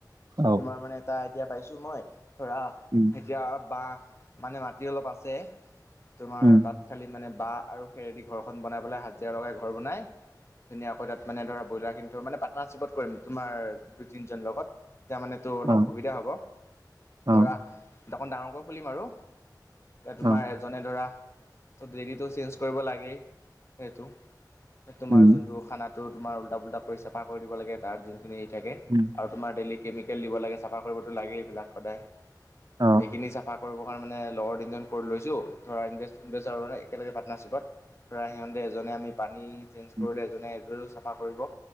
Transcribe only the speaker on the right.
অ',
উম।
উম,
অ',
অ',
অ',
উম,
উম।
অ'।
উম,